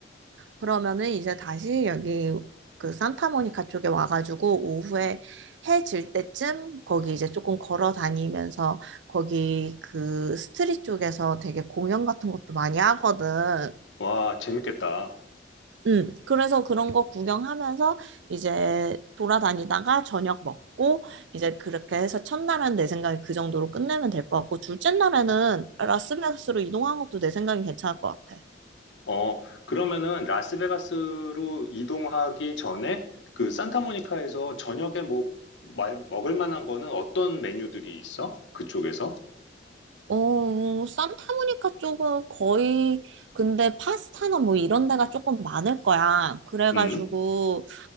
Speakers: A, on the right; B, on the left.
A: 그러면은 이제 다시 여기 그 산타모니카 쪽에 와가지고 오후에 해질 때쯤 거기 이제 조금 걸어 다니면서 거기 그 스트릿 쪽에서 되게 공연 같은 것도 많이 하거든.
B: 와, 재밌겠다.
A: 음, 그래서 그런 거 구경하면서 이제 돌아다니다가 저녁 먹고 이제 그렇게 해서 첫날은 내 생각에 그 정도로 끝내면 될 것 같고 둘째 날에는 라스베가스로 이동한 것도 내 생각엔 괜찮을 것 같아.
B: 어, 그러면은 라스베가스로 이동하기 전에 그 산타모니카에서 저녁에 뭐 마- 먹을 만한 거는 어떤 메뉴들이 있어? 그쪽에서?
A: 어, 산타모니카 쪽은 거의, 근데 파스타나 뭐 이런 데가 조금 많을 거야. 그래가지고,
B: 음.